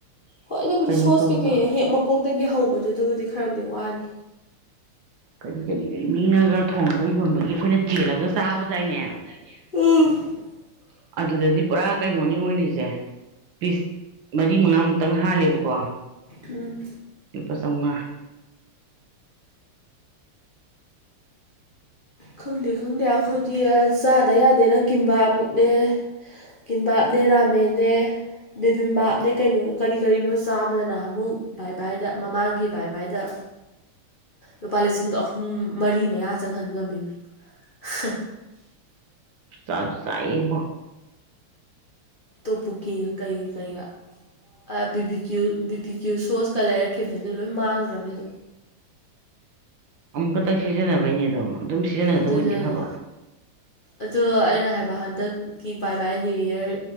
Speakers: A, on the left (about 40°); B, on the right (about 65°).
A: ꯍꯣꯏ ꯑꯗꯨꯕꯨꯗꯤ
B: ꯀꯩꯅꯣ
A: ꯁꯣꯁ
B: ꯇꯧꯕꯗꯣ
A: ꯀꯩꯀꯩ ꯍꯦꯛ ꯃꯀꯣꯛꯗꯒꯤ ꯍꯧꯕꯗꯨꯗꯕꯨꯗꯤ ꯈꯔꯕꯨꯗꯤ ꯋꯥꯅꯤ
B: ꯀꯔꯤ ꯀꯔꯤ ꯀꯔꯤ ꯃꯤꯉꯒ ꯊꯣꯡꯉꯒ ꯌꯣꯟꯕꯒꯤ ꯑꯩꯈꯣꯏꯅ
A: <inaudible>
B: ꯆꯦꯜꯂꯒ ꯆꯥꯕꯗꯥꯏꯅꯦ ꯑꯗꯨꯗꯗꯤ ꯄꯨꯔꯥ ꯀꯩꯅꯣꯅꯤ ꯑꯣꯏꯔꯤꯖꯦ ꯄꯤꯁ ꯃꯔꯤ ꯃꯉꯥꯃꯨꯛꯇꯪ ꯍꯥꯜꯂꯦꯕꯀꯣ
A: ꯎꯝ
B: ꯂꯨꯄꯥ ꯆꯧꯉꯥ
A: ꯈꯪꯗꯦ ꯈꯪꯗꯦ ꯑꯈꯣꯏꯗꯤ ꯆꯥꯗ ꯌꯥꯗꯦꯅ ꯀꯤꯝꯕꯥꯞ ꯅꯦ ꯀꯤꯝꯕꯥꯞꯅꯦ ꯔꯥꯃꯦꯅꯦ ꯕꯦꯕꯤꯝꯕꯥꯞꯅꯦ ꯀꯩꯅꯣ ꯀꯔꯤ ꯀꯔꯤꯅꯣ ꯆꯥꯕꯗ ꯅꯍꯥꯟꯃꯨꯛ ꯕꯥꯏ ꯕꯥꯢꯗ ꯃꯃꯥꯡꯒꯤ ꯕꯥꯢ ꯕꯥꯏꯗ ꯂꯨꯄꯥ ꯂꯤꯁꯤꯡ ꯑꯍꯨꯝ ꯃꯔꯤ ꯃꯌꯥ ꯆꯪꯍꯟ ꯉꯝꯃꯤ <unintelligible>
B: ꯆꯥꯖꯨ ꯆꯥꯌꯦꯕꯣ
A: ꯇꯣꯞꯄꯨꯀꯦꯒ ꯀꯩꯒ ꯀꯩꯒ ꯑꯥ B B Q B P Q ꯁꯣꯁꯀ ꯂꯩꯔꯛꯈꯤꯝꯅꯤ ꯑ ꯑꯗꯨ ꯂꯣꯏ ꯃꯥꯡꯈꯒ꯭ꯔꯝꯅꯤ ꯑꯗꯣ
B: ꯑꯃꯨꯛ ꯈꯛꯇꯪ ꯁꯤꯖꯤꯟꯅꯕꯩꯅꯦ ꯑꯗꯣ ꯑꯗꯨꯝ ꯁꯤꯖꯤꯟꯅꯒꯗꯕ
A: ꯑꯗꯨꯅꯦ
B: ꯑꯣꯏꯗꯤ
A: ꯍꯥꯏꯖꯦ
B: ꯐꯕ
A: ꯑꯗꯣ ꯑꯩꯅ ꯍꯥꯏꯕ ꯍꯟꯗꯛꯀꯤ ꯕꯥꯏ ꯕꯥꯏ ꯅ꯭ꯌꯨ ꯌꯔ